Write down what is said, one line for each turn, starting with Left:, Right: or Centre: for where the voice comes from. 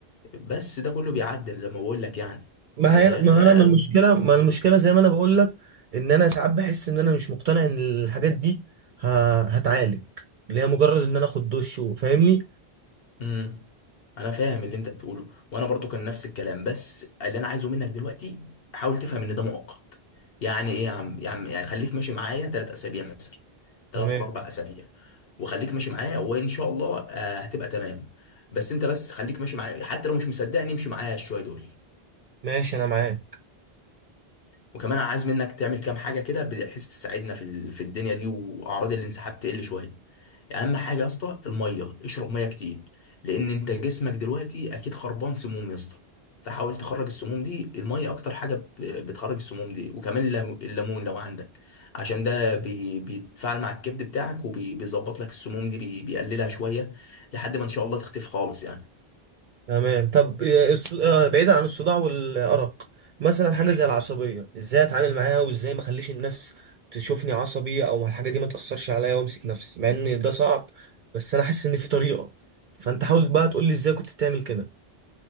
Left: بس ده كله بيعدل زي ما بقول لك يعني
Right: ما
Left: آه...
Right: هي ما انا ما المشكله ما المشكله زي ما انا بقول لك ان انا ساعات بحس ان انا مش مقتنع ان الحاجات دي ه... هتعالج اللي هي مجرد ان انا اخد دش وفاهمني
Left: مم. انا فاهم اللي انت بتقوله وانا برضو كان نفس الكلام بس اللي انا عايزه منك دلوقتي حاول تفهم ان ده مؤقت يعني ايه يا عم يا عم يعني خليك ماشي معايا ثلاث اسابيع مثلا ثلاث
Right: تمام
Left: لاربع اسابيع وخليك ماشي معايا وان شاء الله آه هتبقى تمام بس انت بس خليك ماشي معايا حتى لو مش مصدقني امشي معايا شويه دول
Right: ماشي انا معاك
Left: وكمان انا عايز منك تعمل كام حاجه كده بحيث تساعدنا في ال- في الدنيا دي واعراض الانسحاب تقل شويه اهم حاجه يا اسطى الميه اشرب ميه كتير لان انت جسمك دلوقتي اكيد خربان سموم يا اسطى فحاول تخرج السموم دي الميه اكتر حاجه ب- بتخرج السموم دي وكمان اللم- الليمون لو عندك عشان ده بي بيتفاعل مع الكبد بتاعك وبيظبط لك السموم دي بي بيقللها شويه لحد ما ان شاء الله تختفي خالص يعني
Right: تمام طب آه، الص- آه، بعيدا عن الصداع والأرق مثلا حاجة زي العصبية ازاي اتعامل معاها وازاي ما اخليش الناس تشوفني عصبي او الحاجة دي ما تأثرش عليا وامسك نفسي مع ان ده صعب بس انا حاسس ان في طريقة فانت حاول بقى تقول لي ازاي كنت بتعمل كده